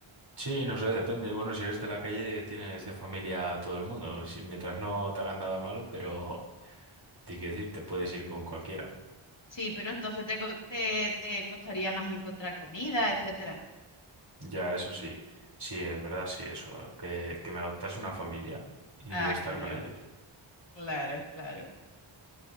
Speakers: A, on the right; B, on the left.
A: Sí, no sé, depende. Bueno, si eres de la calle, tienes de familia a todo el mundo. Si, mientras no te hagan nada malo, pero <laughs> te quiero decir, te puedes ir con cualquiera.
B: Sí, pero entonces te, co- te, te costaría más encontrar comida, etcétera.
A: Ya, eso sí. Sí, en verdad sí, eso. Que, que me adoptas una familia y
B: Ah,
A: yo estar
B: claro,
A: con ellos.
B: claro, claro.